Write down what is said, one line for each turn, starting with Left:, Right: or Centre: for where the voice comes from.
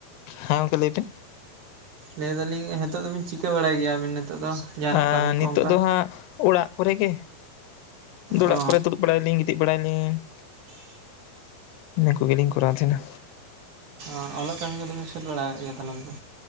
Left: ᱦᱮᱸ ᱜᱚᱝᱠᱮ ᱞᱟᱹᱭ ᱵᱤᱱ?
Right: ᱞᱟᱹᱭ ᱫᱟᱞᱤᱧ ᱦᱤᱛᱚᱜ ᱫᱚᱵᱤᱱ ᱪᱤᱠᱟᱹ ᱵᱟᱲᱟᱭ ᱜᱮᱭᱟᱵᱤᱱ ᱱᱤᱛᱚᱜ ᱫᱚ? ᱡᱟᱦᱟᱱᱟᱜ
Left: ᱟᱸ
Right: ᱠᱟᱹᱢᱤ ᱠᱚ
Left: ᱱᱤᱛᱳᱜ
Right: ᱚᱱᱠᱟ
Left: ᱫᱚ ᱦᱟᱸᱜ ᱚᱲᱟᱜ ᱠᱚᱨᱮ ᱜᱮ, ᱚᱲᱟᱜ
Right: ᱚ
Left: ᱠᱚᱨᱮ ᱫᱩᱲᱩᱵ ᱵᱟᱲᱟᱭᱟᱞᱤᱧ ᱜᱤᱛᱤᱡ ᱵᱟᱲᱟᱭᱟᱞᱤᱧ, ᱤᱱᱟᱹ ᱠᱚᱜᱮ ᱞᱤᱧ ᱠᱚᱨᱟᱣ ᱛᱟᱦᱮᱸᱱᱟ᱾
Right: ᱚᱸ ᱚᱞᱚᱜ ᱠᱟᱢᱤ ᱠᱚᱫᱚ ᱵᱤᱱ ᱥᱟᱹᱛ ᱵᱟᱲᱟ ᱠᱟᱜ ᱜᱮᱭᱟ <inaudible> ᱫᱚ?